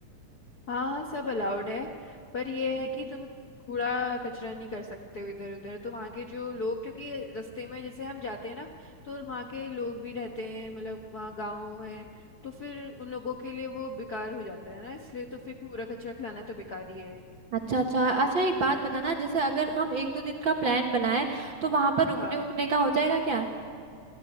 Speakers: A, on the left; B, on the right.
A: हाँ हाँ सब अलाउड है पर यह है कि तुम कूड़ा कचरा नहीं कर सकते हो इधर उधर तो वहाँ के जो लोग क्योंकि रास्ते में जैसे हम जाते हैं ना तो वहाँ के लोग भी रहते हैं मतलब वहाँ गाँव है तो फिर उन लोगों के लिए वो बेकार हो जाता है ना इसलिए तो फिर कूड़ा कचरा फैलाना तो बेकार ही है
B: अच्छा अच्छा अच्छा एक बात बताना जैसे अगर हम एक दो दिन का प्लान बनाएं तो वहाँ पर रुकने
A: हाँ
B: उकने का हो जाएगा क्या